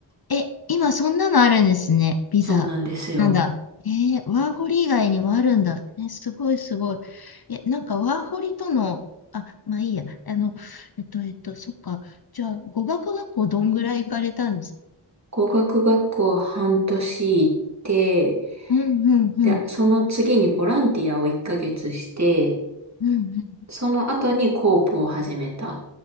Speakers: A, on the left; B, on the right.
A: え、今そんなのあるんですね。ビザ。
B: そうなんですよ。
A: なんだ。えーワーホリ以外にもあるんだ。え、すごいすごい。え、なんかワーホリとの、あ、まあいいや。あの、えっと、えっと、そっか。じゃあ、語学学校どんぐらい行かれたんですか
B: 語学学校半年行って、
A: うんうんうん。
B: で、その次にボランティアを1ヶ月して、
A: うん
B: その後にコープを始めたっ